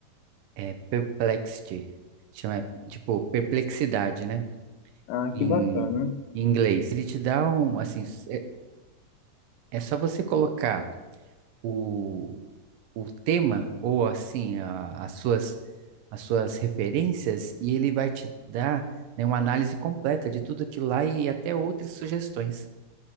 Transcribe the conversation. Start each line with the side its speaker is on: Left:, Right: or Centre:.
Right: É Perplexity. Chama, tipo, perplexidade, né?
Left: Ah,
Right: em
Left: que bacana.
Right: em inglês. Ele te dá um, assim, é, é só você colocar o, o tema ou assim a- as suas as suas referências e ele vai te dar, né, uma análise completa de tudo aquilo lá e até outras sugestões,